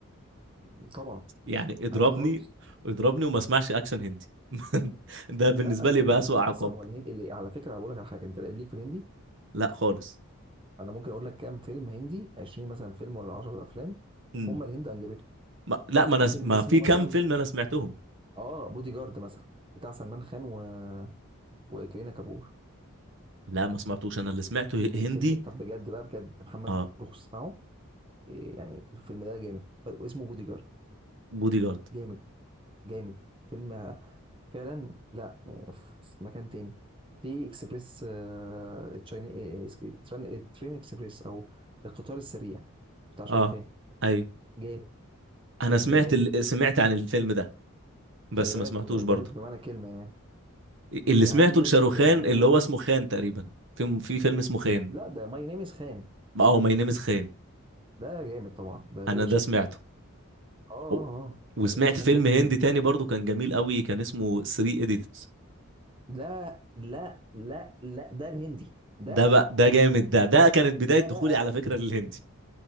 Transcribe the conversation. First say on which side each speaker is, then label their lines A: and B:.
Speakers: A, on the right; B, on the right.
A: <laughs> طبعا
B: يعني اضربني
A: عادي خالص
B: اضربني وما اسمعش اكشن هندي <laughs> ده بالنسبه
A: لا اكشن
B: لي بقى اسوأ
A: اصلا
B: عقاب
A: هو الهندي اللي على فكره بقول لك على حاجه انت ليك في الهندي
B: لا خالص
A: انا ممكن اقول لك كام فيلم هندي 20 مثلا فيلم ولا 10 افلام
B: مم.
A: هم الهند انجبته
B: ما... لا ما انا
A: في
B: س-
A: فيلم
B: ما
A: اسمه
B: في
A: مثلا
B: كام فيلم انا سمعتهم
A: اه بودي جارد مثلا بتاع سلمان خان و... وكرينا كابور
B: لا ما سمعتوش انا اللي سمعته ه- هندي
A: الفيلم طب بجد بقى بجد محمد
B: اه
A: روح اسمعه إيه يعني الفيلم ده جامد آه، اسمه بودي جارد
B: بودي جارد
A: جامد جامد فيلم فعلا لا في مكان تاني في اكسبريس آه، تشايني إيه، تران- آه، ترين اكسبريس او القطار السريع بتاع شاروخان
B: اه ايوه
A: جامد
B: انا
A: جامد
B: سمعت ال... سمعت عن الفيلم ده بس
A: خلي بالك
B: ما سمعتوش
A: جامد
B: برضه
A: بمعنى كلمة يعني
B: اللي
A: في
B: سمعته
A: عندك
B: لشاروخان
A: آه،
B: اللي هو اسمه خان تقريبا في في فيلم اسمه خان
A: لا ده ماي نيم از خان
B: اه ماي نيم از خان
A: ده جامد طبعا ده بلا
B: انا ده
A: شك
B: سمعته
A: اه اه اه
B: و-
A: آه.
B: وسمعت
A: ماي نيم از خان
B: فيلم
A: ده كان
B: هندي تاني برضه كان جميل قوي كان اسمه 3 ايديتس
A: لا لا لا لا ده الهندي ده
B: ده بقى ده جامد ده ده كانت بداية
A: ده
B: دخولي
A: بقى
B: على فكرة للهندي